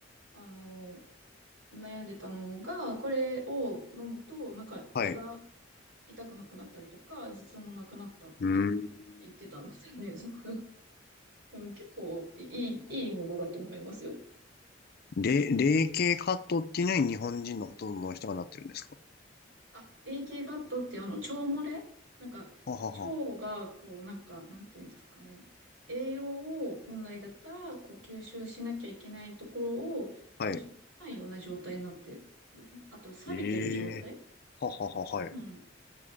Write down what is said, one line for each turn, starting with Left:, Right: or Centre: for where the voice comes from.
Right: あの、悩んでたのが、これを飲むと、なんか胃が
Left: はい。
Right: 痛くなくなったりとか、頭痛もなくなったって
Left: うーん。
Right: 言ってたんですよね。<laughs> うん、結構いい、いいものだと思いますよ。
Left: れ、霊系カットっていうのに日本人のほとんどの人がなってるんですか
Right: あ、レイキーガットってあの腸漏れなんか、
Left: ははは。
Right: 腸がこうなんか、なんていうんですかね。栄養を本来だったらこう吸収しなきゃいけないところを吸収できないような状態になってる。
Left: はい。
Right: あと、錆びてる状態
Left: ええははは、はい。
Right: うん。
Left: う